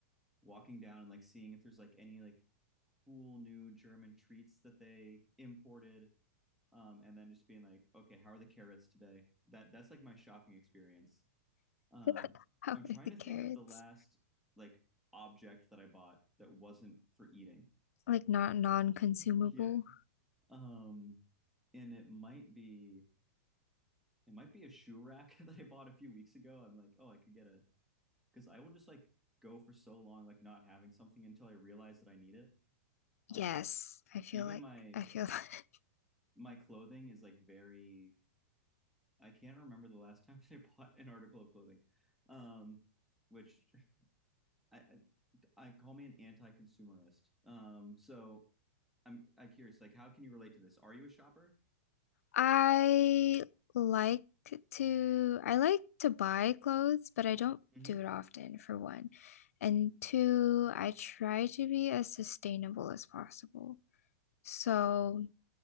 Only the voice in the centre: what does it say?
walking down and like seeing if there's like any like cool new German treats that they imported um, and then just being like, okay, how are the carrots today? That that's like my shopping experience. Uh,
I'm trying
to
think of the last like object that I bought that wasn't for eating.
<laughs> yeah, um, and it might be it might be a shoe rack <laughs> that I bought a few weeks ago. I'm like, oh, I could get a because I will just like go for so long like not having something until I realize that I need it. Uh,
even
my
my clothing is like very I can't remember the last <laughs> time they bought an article of clothing, um, which I, I I call me an anti-consumerist. Um, so I'm I'm curious, like, how can you relate to this? Are you a shopper?
hmm
Oh,